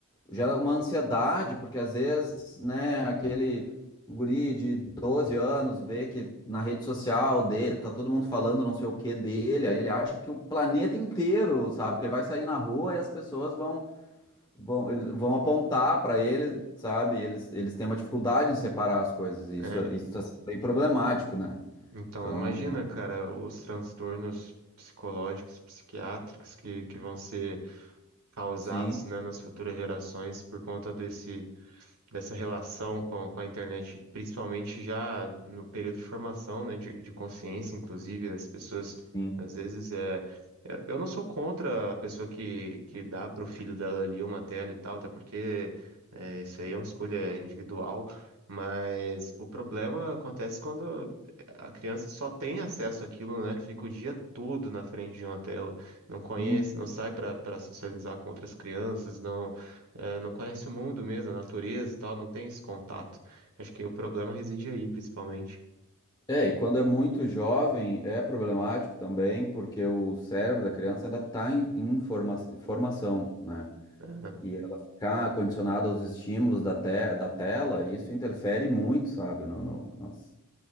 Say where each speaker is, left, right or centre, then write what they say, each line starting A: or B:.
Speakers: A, on the left; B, on the right.
A: Gera uma ansiedade, porque às vezes, né? Aquele guri de 12 anos vê que na rede social de, tá todo mundo falando não sei o que dele. Aí ele acha que o planeta inteiro, sabe? Que ele vai sair na rua e as pessoas vão, eles vão apontar para ele, sabe? Eles, eles têm uma dificuldade em separar as coisas, e
B: É,
A: isso isso está sendo bem problemático, né?
B: então,
A: Então,
B: imagina, cara, os transtornos psicológicos, psiquiátricos que, que vão ser causados,
A: sim,
B: né, nas futuras gerações por conta desse dessa relação com, com a internet, principalmente já no período de formação, né, de, de consciência, inclusive, as pessoas,
A: sim,
B: às vezes, é... Eu eu não sou contra a pessoa que, que dá para o filho dela ali uma tela e tal, até porque é, isso aí é uma escolha individual, mas o problema acontece quando a criança só tem acesso àquilo, né? Fica o dia todo na frente de uma tela, não conhece,
A: sim.
B: não sai para para socializar com outras crianças, não eh, não conhece o mundo mesmo, a natureza e tal, não tem esse contato. Acho que o problema reside aí, principalmente.
A: É, e quando é muito jovem é problemático também, porque o cérebro da criança ainda está em, em forma- formação, né?
B: né?
A: E ela ficar condicionada aos estímulos da, te, da tela, isso interfere muito, sabe, no, no, nas-